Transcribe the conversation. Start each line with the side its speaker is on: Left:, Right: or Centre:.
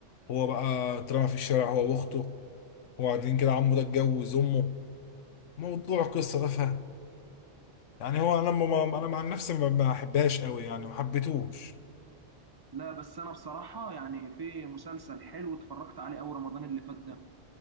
Left: هو بقى اترمى في الشارع هو واخته وبعدين كده عمه ده اتجوز امه موضوع قصة تافهة يعني هو انا لما ما انا مع نفسي ما ما بحبهاش قوي يعني ما حبيتهوش
Right: لا بس انا بصراحة يعني في مسلسل حلو اتفرجت عليه اول رمضان اللي فات ده